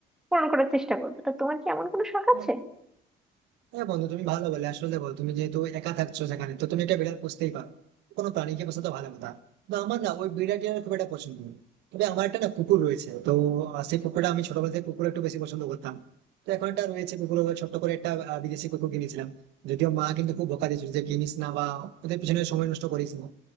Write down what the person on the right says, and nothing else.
হ্যাঁ
হ্যাঁ বন্ধু তুমি ভালো বলে আসলে দেখো তুমি যেহেতু একা থাকছো সেখানে তো তুমি একটা বিড়াল পুষতেই পারো কোনো প্রাণীকে পোষা তো ভালো কথা তো আমার না ওই বিড়ালটি আমার খুব একটা পছন্দ নয়। তবে আমার একটা না কুকুর রয়েছে তো আহ, সেই কুকুরটা আমি ছোটবেলা থেকে কুকুর একটু বেশি পছন্দ করতাম তো এখন একটা রয়েছে কুকুর ওই ছোট্ট করে একটা আহ, বিদেশি কুকুর কিনেছিলাম যদিও মা কিন্তু খুব বকা দিয়েছিল যে কিনিস না বা ওদের পিছনে সময় নষ্ট করিস না